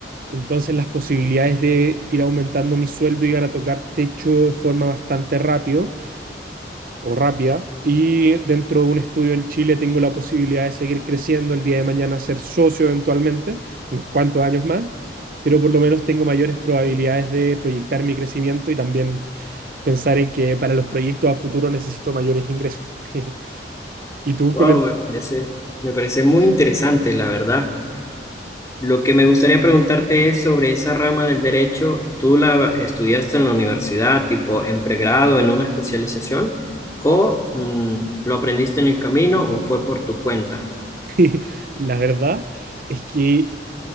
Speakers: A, on the right; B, on the left.
A: Entonces las posibilidades de ir aumentando mi sueldo iban a tocar techo de forma bastante rápido o rápida Y dentro de un estudio en Chile tengo la posibilidad de seguir creciendo el día de mañana, ser socio eventualmente, unos cuantos años más, pero por lo menos tengo mayores probabilidades de proyectar mi crecimiento y también pensar en que para los proyectos a futuro necesito mayores ingresos. <laughs> Y tú
B: Wow,
A: con el...
B: me parece, me parece muy interesante, la verdad. Lo que me gustaría preguntarte es sobre esa rama del derecho. ¿Tú la estudiaste en la universidad, tipo en pregrado, en una especialización, o mm, lo aprendiste en el camino o fue por tu cuenta?
A: <laughs> La verdad es que